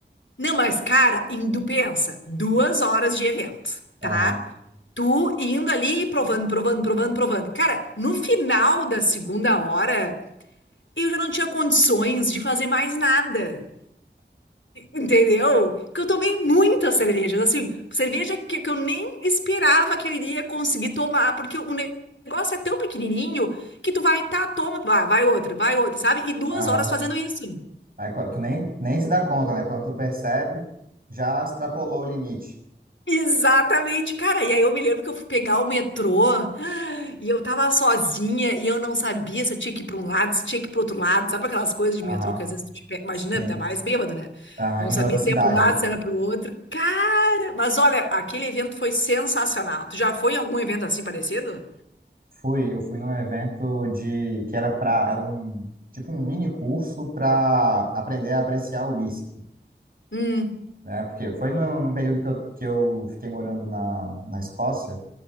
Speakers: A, on the left (about 85°); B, on the right (about 50°).
A: Não, mas, cara, indo, pensa, duas horas de evento,
B: Aham,
A: tá? Tu indo ali e provando, provando, provando, provando. Cara, no final da segunda hora, eu já não tinha condições de fazer mais nada, entendeu? que eu tomei muitas cervejas, assim, cerveja que, que eu nem esperava que eu iria conseguir tomar, porque o ne- negócio é tão pequenininho que tu vai, tá, toma, vai, vai outra, vai outra, sabe? E duas
B: aham.
A: horas fazendo isso.
B: Aí quan- tu nem, nem se dá conta, né? Quando tu percebe, já extrapolou o limite.
A: Exatamente, cara. E aí eu me lembro que eu fui pegar o metrô e eu tava sozinha e eu não sabia se eu tinha que ir pra um lado, se tinha que ir pro outro lado. Sabe aquelas coisas de
B: Aham,
A: metrô que às vezes tu te pega, imagina,
B: sim.
A: ainda mais bêbado, né?
B: Aham,
A: Não
B: Em
A: sabia
B: outra cidade,
A: se ia pra um lado,
B: né?
A: se era pro outro. Cara, mas olha, aquele evento foi sensacional. Tu já foi em algum evento assim parecido?
B: Fui, eu fui num evento de que era para era um tipo um mini curso para aprender a apreciar o whisky,
A: Hum,
B: né? Porque foi num, num período que eu, que eu fiquei morando na, na Escócia